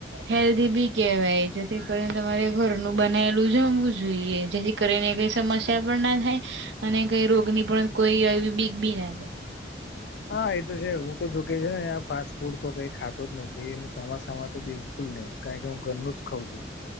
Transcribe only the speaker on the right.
હેલ્ધ બી કેવાય જેથી કરી તમા ઘરનું બનાયલું જમવું જોઈએ જેથી કરીને કઈ સમસ્યા પણ ના થાય અને કઈ રોગની પણ કોઈ એવી બીગ બી ના થાય